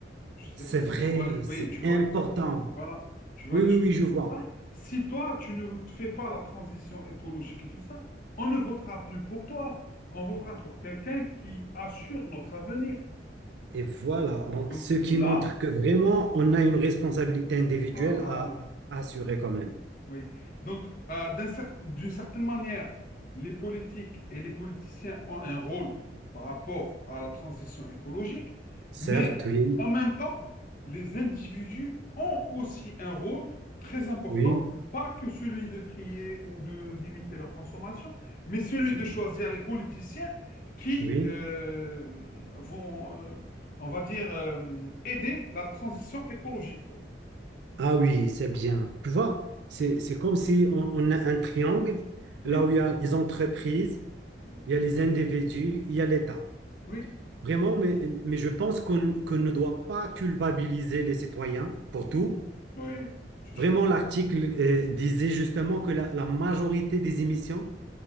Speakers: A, on the left (about 50°); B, on the right (about 65°).
A: Je ne sais
B: c'est
A: pas si
B: vrai,
A: tu vois les...
B: c'est
A: Oui, tu vois...
B: important.
A: tu- Voilà, tu vois
B: Oui,
A: les
B: oui,
A: choses
B: oui, je vois.
A: comme ça. Si toi, tu ne te fais pas la transition écologique et tout ça, on ne votera plus pour toi. On votera pour quelqu'un qui assure notre avenir.
B: Et voilà, donc
A: Donc
B: ce qui
A: là,
B: montre que vraiment, on a une responsabilité individuelle
A: voilà.
B: à, à assurer quand même.
A: Oui. Donc, euh, d'un cer- d'une certaine manière, les politiques et les politiciens ont un rôle par rapport à la transition écologique,
B: Certes,
A: mais
B: oui,
A: en même temps, les individus ont aussi un rôle très important,
B: oui,
A: pas que celui de trier ou de limiter leur consommation, mais celui
B: c'est
A: de choisir
B: tout.
A: les politiciens qui
B: Oui.
A: euh, vont, euh, on va dire, euh, aider la transition écologique, quoi.
B: Ah oui, c'est bien. Tu vois, c'est,
A: Hmm.
B: c'est comme si on, on a un triangle,
A: Oui.
B: là où il y a les entreprises,
A: Hmm.
B: il y a les individus, il y a l'État.
A: Oui.
B: Vraiment, mais, mais je pense qu'on qu'on ne doit pas culpabiliser les citoyens pour tout.
A: Mhm. Ouais, c'est sûr.
B: Vraiment, l'article euh, disait justement que la la majorité des émissions